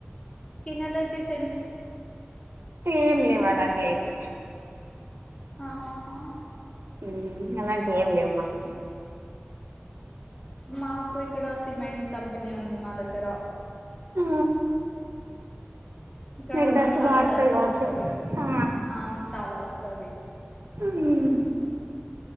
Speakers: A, on the left; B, on the right.
A: స్కిన్ ఎలర్జస్
B: ఏం లేవాలంటే అయితే
A: ఆహా
B: ఊమ్ అలాంటి ఏం లేవు మాకు
A: మాకు ఇక్కడ సిమెంట్ కంపెనీ ఉంది మా దగ్గర
B: ఆ,
A: ఇక్కడ
B: మీకు
A: కూడా
B: డస్ట్
A: చాలా
B: బాగా వస్తుంది
A: డస్ట్
B: కావచ్చు
A: వస్తది
B: ఆ,
A: అవును చాలా వస్తది
B: ఉమ్,